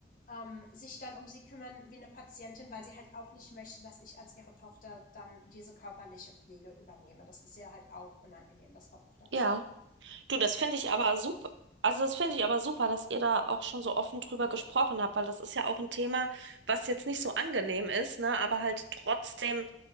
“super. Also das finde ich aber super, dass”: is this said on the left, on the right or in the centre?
Right